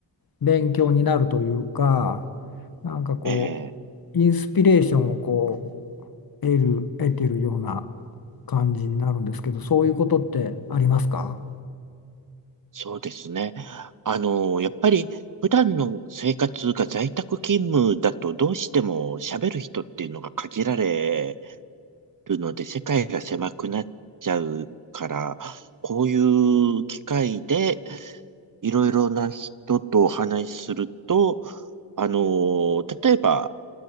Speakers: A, on the left (about 50°); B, on the right (about 45°).
A: う勉強になるというかなんかこ
B: ええ、
A: うインスピレーションをこう得る、得てるような感じになるんですけどそういうことってありますか
B: そうですね。あの、やっぱり、普段の生活が在宅勤務だと、どうしても喋る人っていうのが限られるので、世界が狭くなっちゃうから、こういう機会で、いろいろな人とお話しすると、あのー例えば、